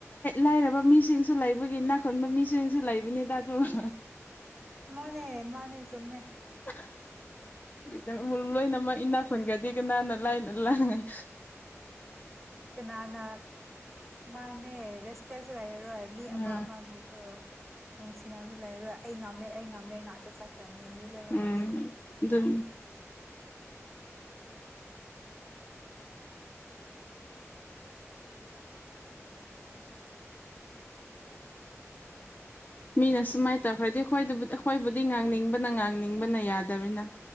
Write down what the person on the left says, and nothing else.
ꯂꯥꯏꯔꯕ ꯃꯤꯁꯤꯡꯁꯨ ꯂꯩꯕꯒꯤ ꯅꯥꯈꯟꯕ ꯃꯤꯁꯤꯡꯁꯨ ꯂꯩꯕꯅꯤꯗ ꯑꯗꯨ ꯎꯝ
<inaudible> ꯂꯣꯏꯅꯃꯛ ꯏꯅꯥ ꯐꯣꯟꯈꯗꯤꯦ ꯀꯅꯥꯅ ꯂꯥꯏ ꯂꯥꯏ
ꯎꯝ
ꯎꯝ ꯑꯗꯨꯅꯤ ꯃꯤꯅ ꯁꯨꯃꯥꯏꯅ ꯇꯧꯈ꯭ꯔꯗꯤ ꯑꯩꯈꯣꯏꯕꯨ ꯑꯩꯈꯣꯏꯕꯨꯗꯤ ꯉꯥꯡꯅꯤꯡꯕꯅ ꯉꯥꯡꯅꯤꯡꯕꯅ ꯌꯥꯗꯕꯅꯤꯅ